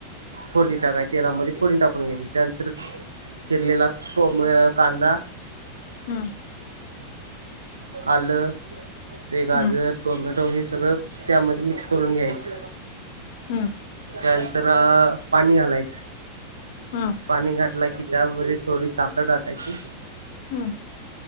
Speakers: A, on the right (about 75°); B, on the left (about 50°).
A: फोडणी टाकाय तेलामध्ये फोडणी टाकून घ्यायची त्यानंतर. चिरलेला सोम कांदा.
B: हम्म.
A: आलं ते गाजर
B: हम्म
A: टोमॅटो वगैरे हे सगळं. त्यामध्ये मिक्स करून घ्यायच.
B: हम्म
A: त्यानंतर पाणी घालायचं.
B: हम.
A: पाणी घातला की त्यामध्ये थोडी साखर टाकायची.
B: ''हं''